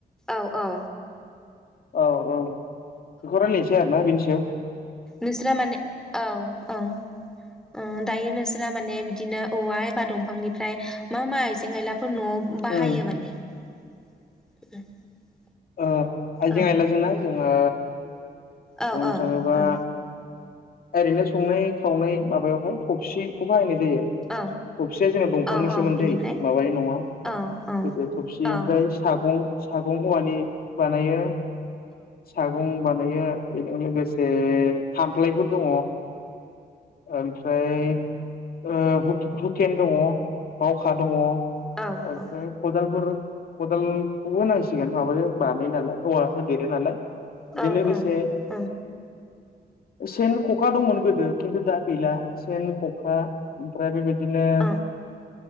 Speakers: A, in the centre; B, on the left (about 65°).
A: औ औ
B: औ औ बेखौ राय्लायनोसै आरोना बेनि सायाव
A: नोस्रा माने औ औ ओ दायो नोंसोरा माने बिदिनो औवा एबा दंफांनिफ्राय मा मा आइजें आइला फोर न'आव बाहायो
B: उम
A: माने। <unintelligible>
B: ओ आयजें
A: औ
B: आयला जों ना जोंङो
A: औ
B: बुंनो
A: औ
B: थाङोबा
A: औ
B: ओरैनो संनाय खावनाय माबायावहाय थबसिखौ बाहायनाय जायो। जायो
A: औ
B: थबसिया जोंना दंफांनि
A: औ
B: सोमोन्दै
A: औ बिनिफ्राय
B: माबानि नङा
A: औ औ
B: गोदो थबसि
A: औ
B: ओमफ्राय सागं सागंआ औवानि बानायो सागं बानायो बेजों लोगोसे खामफ्लायफोर दङ। ओमफ्राय ओ हुकेन दङ बावखा दङ। ओमफ्राय
A: औ ओं उम
B: खदालफोर खदाल बेखौबो होनांसिगोन माबाजों बानाय नालाय औवा होदेरो नालाय
A: औ
B: बेजों लोगोसे
A: औ
B: सेन ख'खा ख'खा दंमोन गोदो खिन्थु दा गैला सेन खखा ओमफ्राय बेबायदिनो
A: औ